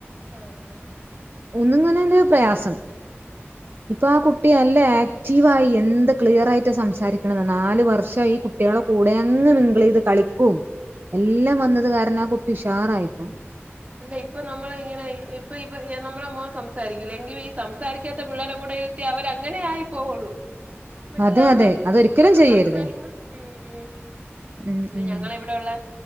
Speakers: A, on the right (about 30°); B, on the right (about 50°).
A: ആഹ് ആഹ്
B: ഒന്നുങ്ങനണ്ട് പ്രയാസം
A: ഓ ഓ
B: ഇപ്പ ആ കുട്ടി നല്ല ആ റ്റീവായി എന്ത് ക്ലിയറായ്റ്റാ സംസാരിക്കണേനൊ നാല് വർഷം ഈ കുട്ട്യാളെ കൂടെ അങ്ങ് മിങ്ക്ലായി കളിക്കും എല്ലാം
A: ഉം ഉം
B: വന്നത് ആ കുട്ടി ഉഷാറായിപ്പോ
A: അല്ല ഇപ്പ നമ്മള് ഇങ്ങനെ ഇപ്പ നമ്മളെ മോൻ സംസാരിക്കൂല്ല. എങ്കിലും ഈ സംസാരിക്കാത്ത പിള്ളേര്ടെ കൂടെ ഇര്ത്തി അവരങ്ങനെ ആയി പോവുള്ളൂ. മറ്റേതാകുമ്പം
B: അതെ അതെ അതൊരിക്കലും
A: ആഹ്
B: ചെയ്യരുത്.
A: സംസാരിക്കണം മ് മ്
B: ഉം
A: പിന്നെ
B: ഉം
A: ഞങ്ങളെവിടെള്ളെ